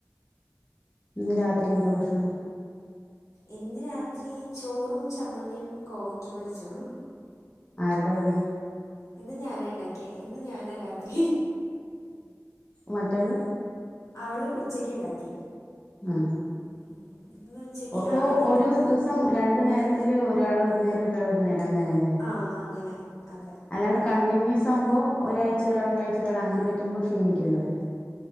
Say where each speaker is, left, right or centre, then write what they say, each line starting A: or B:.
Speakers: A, on the left; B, on the left.
A: ഒന്ന് രാത്രി എന്താ ഭക്ഷണം?
B: ഇന്ന് രാത്രി ചോറും ചമ്മന്തിയും കോവയ്ക്ക പൊരിച്ചതും
A: ആരുടെ വകയാ
B: ഇന്ന് ഞാനാണ്ടാക്കി ഇന്ന് ഞാനാ രാത്രി
A: മറ്റാള്
B: അവള് ഉച്ചക്ക് ണ്ടാക്കി
A: ആ
B: ഉം ഇന്ന് ഉച്ചക്ക്
A: ഓപ്പൊ
B: ആ ഞാ
A: ഒരു ദിവസം രണ്ടു നേരത്തില് ഒരാൾ ഒരുന്നേരം ഒരാൾ ഒരുന്നേരം അങ്ങനെല്ലേ
B: ആ അങ്ങനെ അതെ
A: അല്ലാണ്ട് കണ്ടിന്യൂസ് ആവുബോ ഒരാഴ്ച ഒരാൾ ഒരാഴ്ച ഒരാൾ അങ്ങനെ പറ്റുമോ ക്ഷീണിക്കുല്ലോലേ